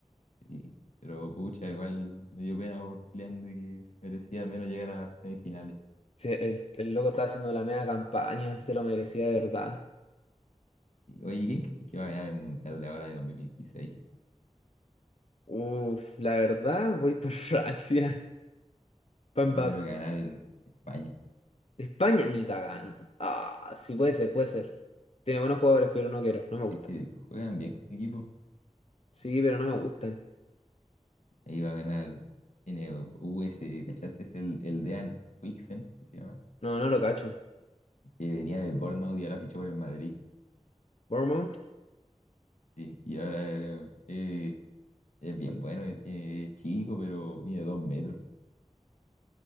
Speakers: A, on the left (about 85°); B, on the left (about 60°).
A: Sí. Pero pucha, igual me dio pena por Julián de que se merecía al menos llegar a semifinales.
B: Si el, el loco estaba haciendo la media campaña. Se lo merecía de verdad.
A: Sí. Oye, ¿y ¿quién crees que va a ganar el Mundial de ahora de dos mil veintiséis
B: Uf, la verdad, voy por <laughs> Francia. Pa'
A: Yo creo que va a ganar el- España.
B: De España ni cagando. Ah, sí puede ser, puede ser. Tiene buenos jugadores, pero no quiero, no me gustan.
A: Es que juegan bien con mi equipo.
B: Sí, pero no me gustan.
A: Ahí va a ganar, tiene U S ¿cachaste? Es el, el Dean Huijsen, que se llama
B: No, no lo cacho.
A: que venía del Bournemouth y ahora fichó por el Madrid.
B: Bournemouth,
A: Sí, y ahora eh, es bien bueno, eh, es chico, pero mide dos metros.